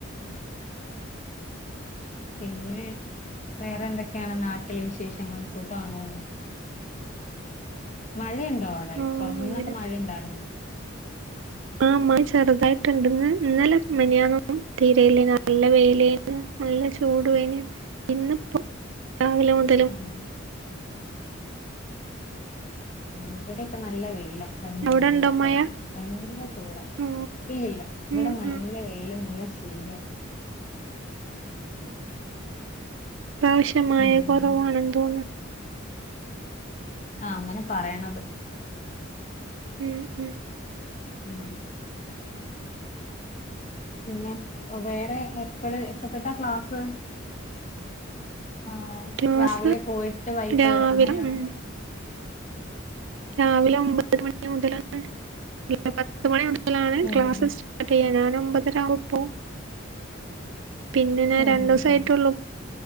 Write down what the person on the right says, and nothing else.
ഓ
അങ്ങനെ
ആഹ് മഴ ചെറുതായിട്ട് ഉണ്ട് ഇന്ന് ഇന്നലെ മെനഞ്ഞാന്നൊന്നും തീരെ ഇല്ല നല്ല വെയില് ആയിരുന്ന് നല്ല ചൂട് വെയില് ഇന്നിപ്പോ രാവിലെമുത
അവിടെ
ഉണ്ടോ
മഴ
ഓ
ഉം
ഉം
ഇപ്രാവശ്യം മഴ
കുറവാണെന്ന് തോന്ന്
ഉം ഉം
ക്ലാസ്
രാവിലെ
ഉം രാവിലെ ഒമ്പത് മണി മുതലാണ് <unintelligible> പത്ത് മണി മുതലാണ്
ക്ലാസ്സ്
സ്റ്റാ ർട്ട് ചെയ്യണത് ഞാൻ ഒമ്പതര ആവുമ്പോ പോവും പിന്നെ ഞാൻ
രണ്ട്
ദിസായിട്ടൊള്ളു